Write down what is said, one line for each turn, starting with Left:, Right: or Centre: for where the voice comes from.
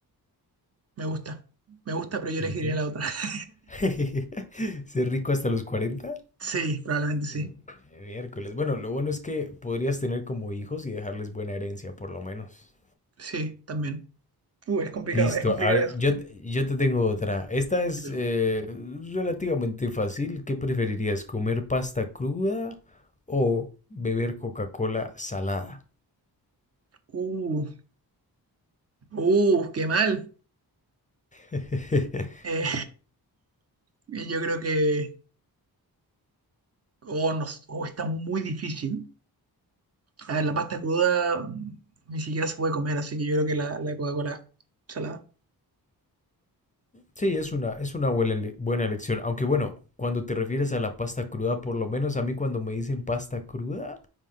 Right: me gusta. Me gusta, pero yo elegiría
Left: Ujú.
Right: la otra. <laughs>
Left: <laughs> Ser rico hasta los cuarenta
Right: Sí, probablemente sí.
Left: Mm, Miércoles. Bueno, lo bueno es que podrías tener como hijos y dejarles buena herencia, por lo menos.
Right: Sí, también. Uh, es complicado,
Left: Listo.
Right: es complicado
Left: A ver,
Right: eso.
Left: yo, yo te tengo otra. Esta es
Right: Dímelo.
Left: eh, relativamente fácil. ¿Qué preferirías, comer pasta cruda o beber Coca-Cola salada?
Right: Uh, uh, qué mal.
Left: <laughs>
Right: Eh, Y Yo creo que oh, no, oh, está muy difícil. A ver, la pasta cruda mm, ni siquiera se puede comer, así que yo creo que la, la Coca-Cola salada.
Left: Sí, es una, es una buena, ele- buena elección. Aunque bueno, cuando te refieres a la pasta cruda, por lo menos a mí cuando me dicen pasta cruda,